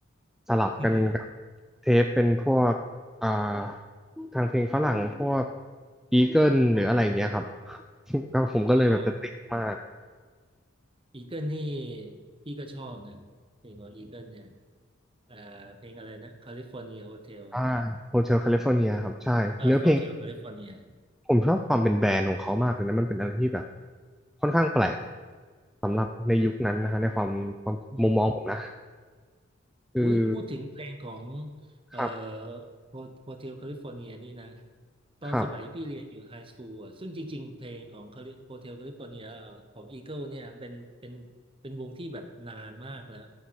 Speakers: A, in the centre; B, on the right.
A: สลับกันกับ
B: <laughs>
A: เทปเป็นพวกอ่าทางเพลงฝรั่งพวกอีเกิลหรืออะไรอย่างเงี้ยครับ <laughs> ก็ผมก็เลยแบบจะติดมาก
B: โอ้ อีเกิลนี่พี่ก็ชอบนะเพลงของอีเกิลเนี่ยเอ่อเพลงอะไรนะแคลิฟอร์เนียโฮเทลอ่ะ
A: อ่าโฮเทลแคลิฟอร์เนียครับใช่เนื้อเพลง
B: เออโฮเทลแคลิฟอร์เนีย
A: ผมชอบความเป็นแบรนด์ของเขามากเลยนะมันเป็นอะไรที่แบบค่อนข้างแปลกสำหรับในยุคนั้นนะฮะในความความมุมมองผมนะ
B: อืม
A: คือ
B: อุ้ยพูดถึงเพลงของเอ่อ
A: ครับ
B: โฮเทลแคลิฟอร์เนียนี่นะตอนสมัยพี่เรียนอยู่ไฮสคูลอ่ะซึ่งจริงๆเพลงของโฮเทลแคลิฟอร์เนียของอีเกิลเนี่ยเป็นเป็นเป็นวงที่แบบนานมากแล้ว
A: ครับ